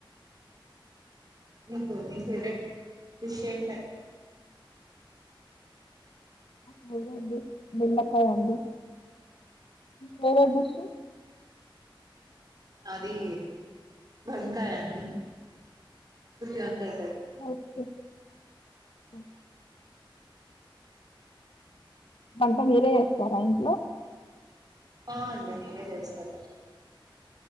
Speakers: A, on the right (about 45°); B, on the left (about 85°).
A: నీకు నీ ఫేవరెట్ డిష్ ఏంటది
B: ఫ్రై అండి బెండకాయి అండి వేరే డిష్
A: అది వంకాయ అండి వంకాయ కర్రీ
B: ఓకే అ వంట మీరే చేస్తారా ఇంట్లో
A: ఆ అండి నేనే చేస్తాను